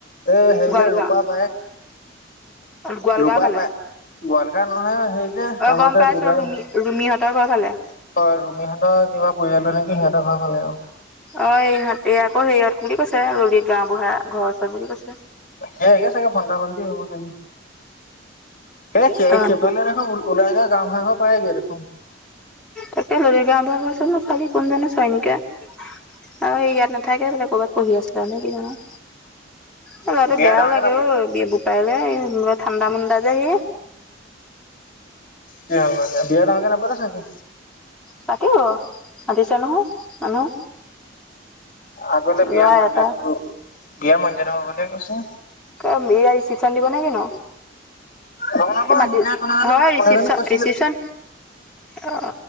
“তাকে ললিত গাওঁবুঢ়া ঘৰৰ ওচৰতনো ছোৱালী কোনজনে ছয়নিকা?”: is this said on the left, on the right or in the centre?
Centre